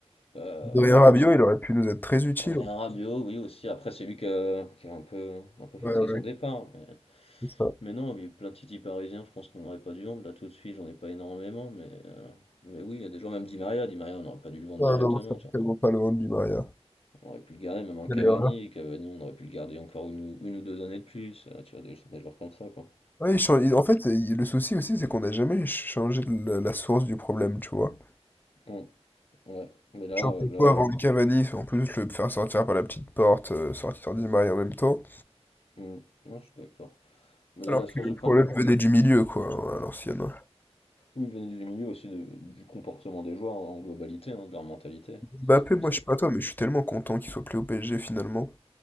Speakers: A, on the left; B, on the left.
A: Euh,
B: Adrien Rabiot, il aurait pu nous être très utile.
A: Adrien Rabiot, oui aussi. Après, c'est lui qui a, qui a un peu, un peu forcé
B: Ouais, ouais,
A: son départ. Mais,
B: c'est ça.
A: mais non, il y a eu plein de titis parisiens, je pense qu'on n'aurait pas dû vendre. Là, tout de suite, j'en ai pas énormément. Mais, euh, mais oui, il y a des joueurs même Di Maria. Di Maria, on n'aurait pas dû le vendre
B: Ah
A: directement.
B: non, ça
A: tu vois.
B: ne vaut pas le vendre du Maria.
A: on aurait pu le garder, même un
B: Quelle
A: Cavani.
B: erreur.
A: Cavani, on aurait pu le garder encore une, ou- une ou deux années de plus. Euh, tu vois, des, des joueurs comme ça, quoi.
B: Ouais, il change- il- en fait, il- le souci aussi, c'est qu'on n'a jamais changé la, la source du problème, tu vois.
A: Hum, ouais. Mais là,
B: Genre,
A: euh,
B: pourquoi
A: là, je-
B: vendre Cavani, en plus le faire sortir par la petite porte, euh, sortir d'Imaï en même temps,
A: hum, non, je suis d'accord. Mais là,
B: alors
A: la
B: que
A: source
B: le
A: du problème,
B: problème
A: voilà.
B: venait du milieu, quoi, hein, à l'ancienne.
A: oui, il vient du milieu aussi de- du comportement des joueurs en globalité, hein, de leur mentalité.
B: Mbappé,
A: C'est surtout
B: moi,
A: ça
B: je
A: le
B: sais
A: problème.
B: pas toi, mais je suis tellement content qu'il soit plus au PSG, finalement.